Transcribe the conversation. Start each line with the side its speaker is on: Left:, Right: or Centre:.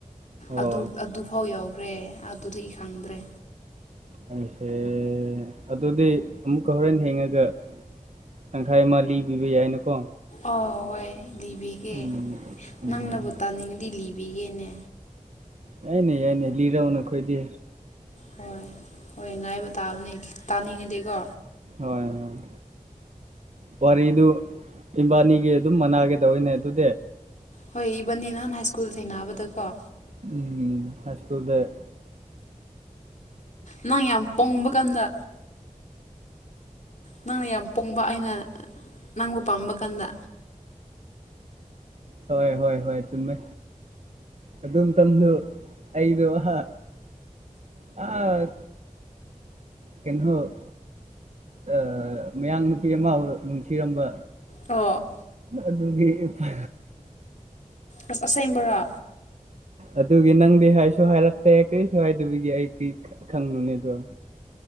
Right: ꯑꯣ
Left: ꯑꯗꯨ ꯑꯗꯨꯐꯥꯎ ꯌꯧꯈ꯭ꯔꯦ ꯑꯗꯨꯗꯒꯤ ꯈꯪꯗ꯭ꯔꯦ
Right: ꯑꯩꯍꯦ ꯑꯗꯨꯗꯤ ꯑꯃꯨꯛꯀ ꯍꯣꯔꯦꯟ ꯍꯦꯡꯉꯒ ꯇꯪꯈꯥꯏ ꯑꯃ ꯂꯤꯕꯤꯕ ꯌꯥꯏꯅꯀꯣ
Left: ꯑꯧ ꯍꯣꯏ ꯂꯤꯕꯤꯒꯦ
Right: ꯎꯝ ꯎꯝ
Left: ꯅꯪꯅꯕꯨ ꯇꯥꯅꯤꯡꯉꯗꯤ ꯂꯤꯕꯤꯒꯦꯅꯦ
Right: ꯌꯥꯏꯅꯦ ꯌꯥꯏꯅꯦ ꯂꯤꯔꯛꯎꯅꯦ ꯑꯩꯈꯣꯏꯗꯤ
Left: ꯍꯣꯏ ꯍꯣꯏ ꯉꯥꯏꯕ ꯇꯥꯕꯅꯦ ꯇꯥꯅꯤꯡꯉꯤꯗꯤꯀꯣ
Right: ꯍꯣꯏ ꯍꯣꯏ ꯋꯥꯔꯤꯗꯨ ꯏꯝꯕꯥꯅꯤꯒꯤ ꯑꯗꯨꯝ ꯃꯅꯥꯒꯦ ꯇꯧꯋꯦꯅꯦ ꯑꯗꯨꯗꯤ
Left: ꯍꯣꯏ ꯏꯕꯟꯅꯤ ꯅꯍꯥꯟ ꯍꯥꯏ ꯁ꯭ꯀꯨꯜ ꯊꯦꯡꯅꯕꯗꯀꯣ
Right: ꯎꯝ ꯍꯥꯏ ꯁ꯭ꯀꯨꯜꯗ
Left: ꯅꯪ ꯌꯥꯝ ꯄꯣꯡꯕ ꯀꯥꯟꯗ ꯅꯪꯅ ꯌꯥꯝ ꯄꯣꯡꯕ ꯑꯩꯅ ꯅꯪꯕꯨ ꯄꯝꯕ ꯀꯥꯟꯗ
Right: ꯍꯣꯏ ꯍꯣꯏ ꯍꯣꯏ ꯆꯨꯝꯃꯦ ꯑꯗꯨ ꯃꯇꯝꯗꯨ ꯑꯩꯗꯣ ꯑꯍꯥ ꯑ ꯀꯩꯅꯣ ꯑ ꯃꯌꯥꯡ ꯅꯨꯄꯤ ꯑꯃ ꯅꯨꯡꯁꯤꯔꯝꯕ
Left: ꯑꯣ
Right: ꯑꯗꯨꯒꯤ ꯐ
Left: ꯑꯁ ꯑꯁꯦꯡꯕꯔꯥ
Right: ꯑꯗꯨꯒꯤ ꯅꯪꯗꯤ ꯍꯥꯏꯁꯨ ꯍꯥꯏꯔꯛꯇꯦ ꯀꯔꯤꯁꯨ ꯍꯥꯏꯗꯕꯤꯒꯦ ꯑꯩ ꯀꯔꯤ ꯈꯪꯂꯨꯅꯤꯗꯣ